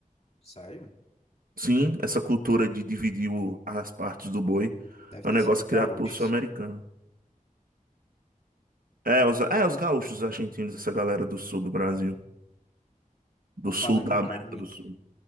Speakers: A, on the left; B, on the right.
A: Sério?
B: Sim, essa cultura de dividir o- as partes do boi
A: Deve
B: é
A: ter
B: um negócio
A: sido os gaúchos.
B: criado por sul-americano. É, os, é, os gaúchos, os argentinos, essa galera do sul do Brasil.
A: Por
B: Do sul
A: falando
B: da
A: em carne,
B: América do Sul.